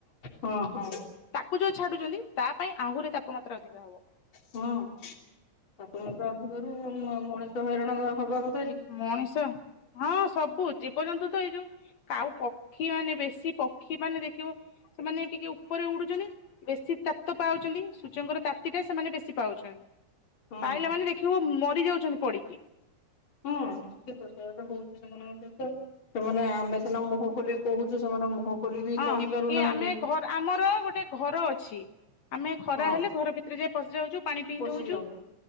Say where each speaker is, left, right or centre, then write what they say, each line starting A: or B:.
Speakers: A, on the left (about 35°); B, on the left (about 60°).
A: ହଁ
B: <inaudible> ତାକୁ ଯୋଉ ଛାଡୁଚନ୍ତି। ତା ପାଇଁ ଆହୁରି ତାପମାତ୍ରା ଅଧିକ ହେବ।
A: ହଁ ତାପମାତ୍ରା ଅଧିକରୁ ମ ମଣିଷ ହଇରାନ ହବ ହବାକୁ
B: ମଣିଷ ହଁ ସବୁ ଜୀବଜନ୍ତୁ ତ ଏଇ ଯୋଉ କାଉ ପକ୍ଷୀ ମାନେ ବେଶୀ ପକ୍ଷୀ ମାନେ ଦେଖିବ ସେମାନେ ଟିକେ ଉପରେ ଉଡୁଚନ୍ତି। ବେଶୀ ତାପ୍ତ ପାଉଚନ୍ତି ସୂର୍ଯ୍ୟଙ୍କର ତାତି ଟା ସେମାନେ ବେଶୀ ପାଉଚନ୍ତି।
A: ହଁ
B: ପାଇଲା ମାନେ ଦେଖିବୁ ମଅ ମରି ଯାଉଚନ୍ତି ପଡିକି।
A: ହଁ ନିଶ୍ଚିତ ସେଇଆ ତ ହଉଚି ସେମାନଙ୍କ ସହିତ ସେମାନେ ଆମେ ସିନା ମୁହଁ ଖୋଲି କହୁଚୁ ସେମାନେ ମୁହଁ ଖୋଲି ବି
B: ହଁ
A: କହି ପାରୁନାହାନ୍ତି।
B: କିଏ ଆମେ ଘର ଆମର ଗୋଟେ ଘର ଅଛି। ଆମେ ଖରା
A: ହଁ
B: ହେଲେ ଘର ଭିତରେ ଯାଇ ପଶିଯାଉଚୁ ପାଣି ପିଇ
A: ପଶି
B: ଦଉଚୁ।
A: ଯାଉଛି